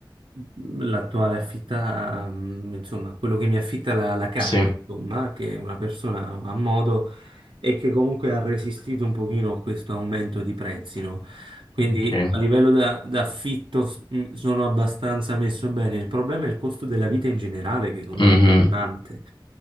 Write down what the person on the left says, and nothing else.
Sì,
ok.
Mhm.